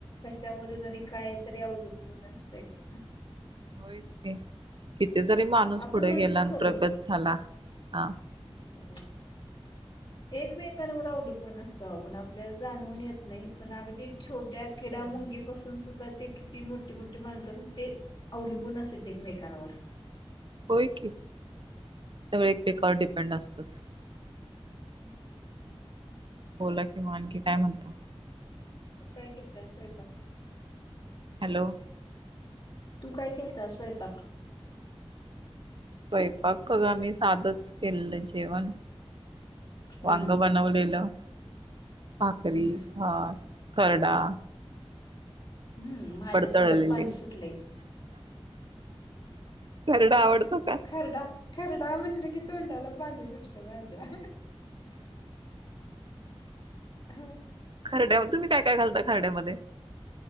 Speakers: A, on the left; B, on the right.
A: कशावर जरी काय तरी अवलंबून असतच
B: होयच की किथ जरी माणूस
A: आपण
B: पुढे
A: म्हणतो
B: गेला
A: खरं
B: प्रगत झाला हा
A: हो एकमेकांवर अवलंबून असतो आपण आपल्याला जाणवून येत नाही पण अगदी छोट त्या किडा
B: होय होय
A: मुंगी पासून सुद्धा ते किती मोठे मोठी माणसं ते अवलंबून असत एकमेकांवर
B: होय की सगळे एकमेकावर डिपेंड असतात
A: हम्
B: बोला कि मग आनखी काय म्हणता
A: तू काय करताय स्वयंपाक
B: हॅलो
A: तू काय केलता स्वयंपाक
B: स्वयंपाक बघा आम्ही साधच केलं जेवण
A: हम्म
B: वांग
A: हम्म
B: बनवलेलं भाकरी
A: हम्म
B: भात खर्डा
A: हम्म माझ्या तोंडाला
B: तळलेले
A: पाणी सुटलंय
B: खरडा आवडतो का
A: खरडा खरडा म्हणले कि तोंडाला पाणी सुटलय माझ्या हम
B: खरड्या तुम्ही काय काय घालता खरड्यामध्ये